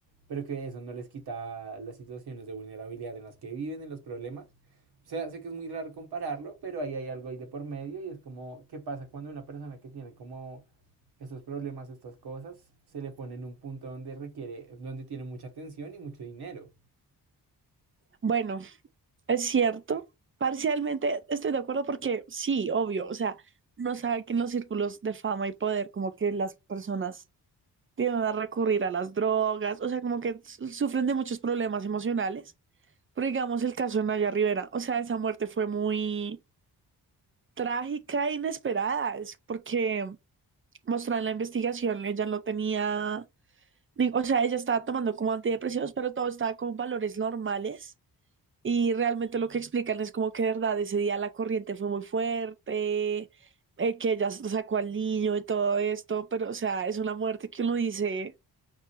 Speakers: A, on the right (about 70°); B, on the right (about 30°).
A: pero que eso no les quita las situaciones de vulnerabilidad en las que viven, en los problemas. O sea, sé que es muy raro compararlo, pero ahí hay algo ahí de por medio y es como, ¿qué pasa cuando una persona que tiene como estos problemas, estas cosas, se le pone en un punto donde requiere, donde tiene mucha atención y mucho dinero?
B: Bueno, es cierto, parcialmente estoy de acuerdo porque sí, obvio, o sea, no sabe que en los círculos de fama y poder, como que las personas tienden a recurrir a las drogas, o sea, como que su- sufren de muchos problemas emocionales. Pero digamos el caso de Naya Rivera, o sea, esa muerte fue muy trágica e inesperada, es porque mostraron la investigación, ella no tenía, ni- o sea, ella estaba tomando como antidepresivos, pero todo estaba con valores normales. Y realmente lo que explican es como que de verdad ese día la corriente fue muy fuerte, eh, que ella sacó al niño y todo esto, pero o sea, es una muerte que uno dice,